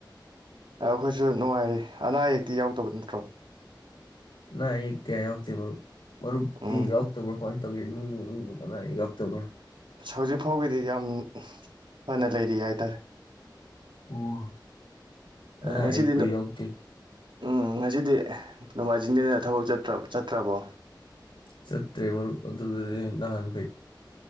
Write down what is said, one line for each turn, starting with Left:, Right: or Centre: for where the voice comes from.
Right: ꯑꯩꯈꯣꯏꯁꯨ ꯅꯨꯡꯉꯥꯏꯔꯦ ꯑꯅꯥ ꯑꯌꯦꯛꯇꯤ ꯌꯥꯎꯗꯕ ꯅꯠꯇ꯭ꯔꯣ
Left: ꯑꯅꯥ ꯑꯌꯦꯛ ꯀꯌꯥ ꯌꯥꯎ ꯗꯦ ꯃꯔꯨꯞ ꯃꯔꯨꯞꯗꯤ
Right: ꯎꯝ
Left: ꯌꯥꯎꯔꯛꯇꯕ꯭ꯔꯣ ꯀ ꯇꯧꯒꯦ ꯏꯃꯨꯡ ꯃꯅꯨꯡ ꯑꯗ ꯑꯩ ꯑꯣꯛꯇꯣꯕ꯭ꯔ
Right: ꯑꯁ ꯍꯧꯖꯤꯛ ꯐꯥꯎꯒꯤꯗꯤ ꯌꯥꯝ ꯍ ꯅ ꯂꯩꯔꯤ ꯍꯥꯏꯇꯥꯔꯦ
Left: ꯑꯣ ꯑ
Right: ꯉꯁꯤꯗꯤ
Left: ꯑꯩ <unintelligible>
Right: ꯅꯣ
Left: ꯌꯥꯎ ꯗꯦ
Right: ꯎꯝ ꯉꯁꯤꯗꯤ ꯅꯣꯡꯃꯥꯏꯖꯤꯡꯅꯤꯅ ꯊꯕꯛ ꯆꯠꯇ꯭ꯔꯕꯣ
Left: ꯆꯠꯇ꯭ꯔꯦ ꯃꯔꯨꯞ ꯑꯗꯨ ꯗꯅꯤꯅꯦ ꯅꯍꯥꯟ